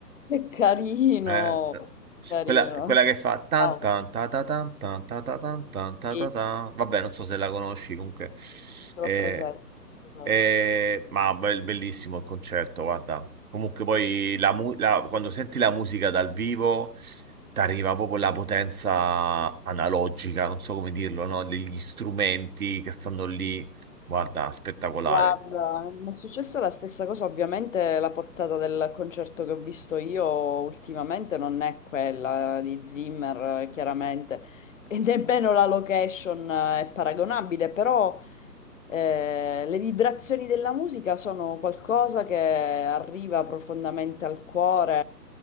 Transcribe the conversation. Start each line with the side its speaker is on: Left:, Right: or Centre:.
Left: Che carino,
Right: Eh, t-
Left: carino.
Right: quella, quella che fa tan
Left: Ciao,
Right: tan ta ta tan tan ta ta tan tan ta
Left: sì,
Right: ta tan.
Left: sì,
Right: Vabbè, non so se la conosci comunque.
Left: ce
Right: Eh,
Left: l'ho presente, presente.
Right: eh, ma bel- bellissimo il concerto, guarda. Comunque poi la mu- la- quando senti la musica dal vivo ti arriva proprio la potenza analogica, non so come dirlo, no? Degli strumenti che stanno lì. Guarda, spettacolare.
Left: Guarda, mi è successa la stessa cosa, ovviamente la portata del concerto che ho visto io ultimamente non è quella di Zimmer, eh, chiaramente, e nemmeno la location eh, è paragonabile, però Eh, le vibrazioni della musica sono qualcosa che arriva profondamente al cuore,